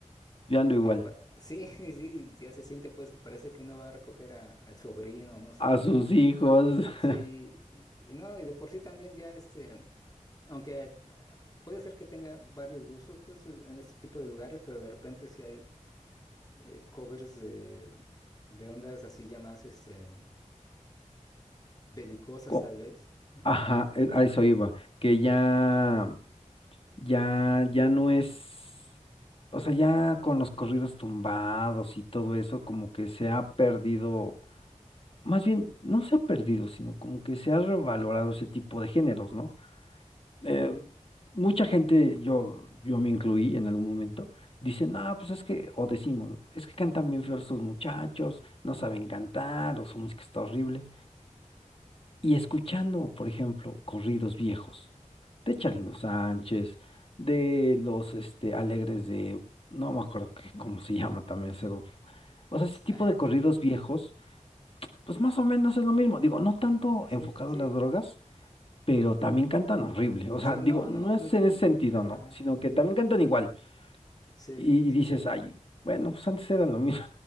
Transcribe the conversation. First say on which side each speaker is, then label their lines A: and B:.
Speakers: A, on the left; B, on the left.
A: Yo ando igual.
B: ya para- sí, <laughs> sí, ya se siente pues que parece que uno va a recoger a- al sobrino, no sé
A: A
B: qué.
A: sus
B: a-
A: hijos.
B: Sí,
A: <laughs>
B: y, y no, y de por sí también ya este, aunque ah, puede ser que tenga varios gustos pues es- en este tipo de lugares, pero de repente sí hay eh, covers de, de ondas así ya más este, belicosas
A: co-
B: tal vez. Ujú.
A: Ajá, e- a eso iba. Que ya, ya, ya no es. O sea, ya con los corridos tumbados y todo eso, como que se ha perdido. más bien, no se ha perdido, sino como que se ha revalorado ese tipo de géneros, ¿no? Eh,
B: Ujú,
A: mucha gente, yo, yo me incluí en algún momento, dicen, no pues es que, o decimos, ¿no? es que cantan bien feos estos muchachos, no saben cantar, o su música está horrible. Y escuchando, por ejemplo, corridos viejos de
B: ujú,
A: Chalino Sánchez, de los este, Alegres de, no me acuerdo qué- cómo se llama también ese grupo. O
B: es-
A: sea, ese tipo
B: ajá.
A: de corridos viejos pues más o menos es lo mismo. Digo, no tanto
B: Sí,
A: enfocado
B: sí.
A: a las drogas, pero también cantan horrible. O
B: Sí,
A: sea, digo,
B: no,
A: no
B: no, nunca.
A: es en
B: con-
A: ese sentido,
B: Ajá.
A: ¿no? Sino que también cantan igual.
B: Sí,
A: Y,
B: sí,
A: y dices,
B: sí.
A: ay, bueno, pues antes era lo mismo.